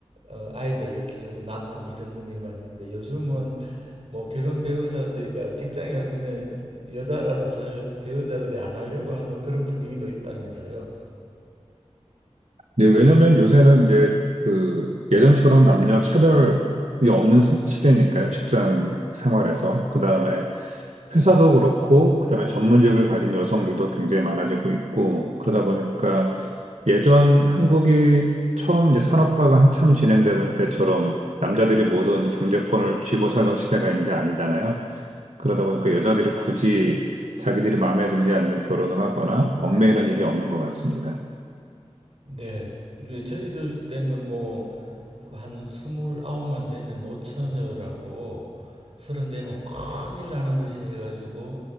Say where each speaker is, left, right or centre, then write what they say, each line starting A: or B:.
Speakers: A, on the right; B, on the right.
A: 어, 아이들을 키우고 낳고 기르는 일만 했는데 요즘은 뭐 결혼 배우자들이 직장에 없으면 여자라도 잘 배우자들이 안 하려고 하는 그런 분위기도 있다면서요.
B: 네, 왜냐면 요새는 이제 그 예전처럼 남녀 차별이 없는 세- 시대니까요. 직장 생활에서. 그다음에 회사도 그렇고, 그다음에 전문직을 가진 여성들도 굉장히 많아지고 있고, 그러다 보니까 예전 한국이 처음 이제 산업화가 한참 진행되던 때처럼 남자들이 모든 경제권을 쥐고 살던 시대가 이제 아니잖아요. 그러다 보니까 여자들이 굳이 자기들이 마음에 들지 않는 결혼을 하거나 얽매이는 일이 없는 것 같습니다.
A: 네. 왜 저희들 때는 뭐 그 한 스물아홉만 되면 노처녀라고 서른 되면 큰일 나는 듯이 해가지고